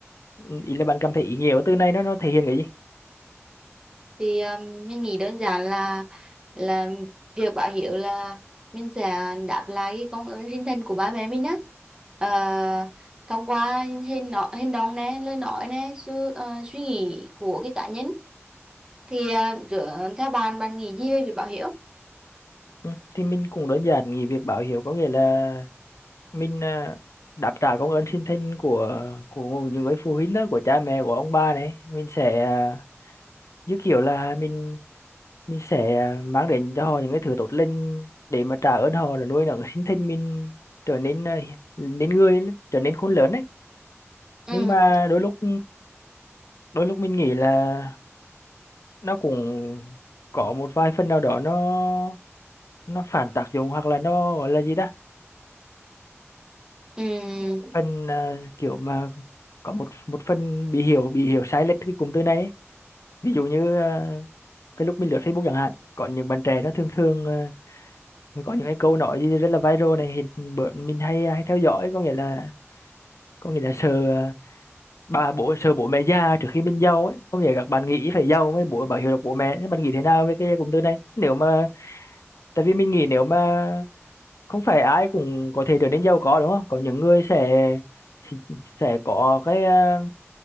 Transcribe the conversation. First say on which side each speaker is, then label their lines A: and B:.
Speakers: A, on the left; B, on the right.
A: Ừ, Ý là bạn cảm thấy ý nghĩa của từ này nó nó thể hiện cái gì?
B: thì um, mình nghĩ đơn giản là là việc báo hiếu là mình sẽ đáp lại cái công ơn sinh thành của ba mẹ mình á Ờ, thông qua hành nó hành động nè lời nói nè sự ờ, suy nghĩ của cái cá nhân thì ờ, rửa- theo bạn bạn nghĩ gì về việc báo hiếu
A: Ừ, thì mình cũng đơn giản nghĩ việc báo hiếu có nghĩa là mình ờ, đáp trả công ơn sinh thành của của những người phụ huynh đó, của cha mẹ của ông bà này, mình sẽ ờ, như kiểu là mình mình sẽ ờ, mang đến cho họ những cái thứ tốt lành để mà trả ơn họ rồi nuôi nấng sinh thành mình trở nên ờ, nên người trở nên khôn lớn ấy
B: ừ
A: nhưng mà đôi lúc đôi lúc mình nghĩ là nó cũng có một vài phần nào đó nó nó phản tác dụng hoặc là nó gọi là gì ta
B: ừ
A: phần à, kiểu mà có một một phần bị hiểu bị hiểu sai lệch cái cụm từ này ấy. ví dụ như à, cái lúc mình lướt Facebook chẳng hạn có những bạn trẻ nó thường thường à, có những cái câu nói gì rất là viral này hiện bữa mình hay à, hay theo dõi có nghĩa là có nghĩa là sợ à, bà bố sợ bố mẹ già trước khi mình giàu ấy có nghĩa là các bạn nghĩ phải giàu mới bố bảo hiểm được bố mẹ Thế bạn nghĩ thế nào về cái cụm từ này nếu mà tại vì mình nghĩ nếu mà không phải ai cũng có thể trở nên giàu có đúng không có những người sẽ sẽ sẽ có cái à,